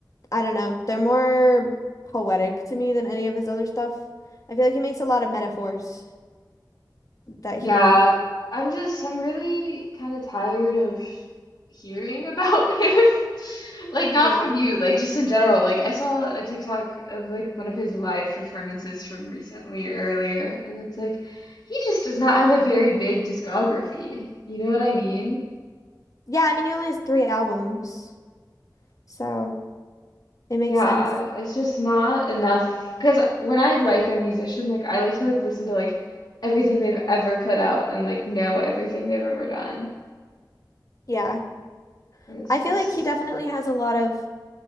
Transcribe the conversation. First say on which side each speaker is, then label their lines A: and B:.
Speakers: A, on the left; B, on the left.
A: I don't know, they're more poetic to me than any of his other stuff. I feel like he makes a lot of metaphors that
B: Yeah,
A: he didn't.
B: I'm just I'm really kind of tired of hearing about him. <laughs> Like not
A: Yeah.
B: from you, like just in general. Like I saw a TikTok of like one of his live performances from recently earlier, and it's like he just does not have a very big discography. You know what I mean?
A: Yeah, I mean, he only has three albums, so it makes
B: Yeah,
A: sense.
B: it's just not enough. Because when I like a musician, like I like to like listen to like everything they've ever put out and like know everything they've ever done.
A: Yeah.
B: And it's
A: I
B: just,
A: feel like he definitely has a lot of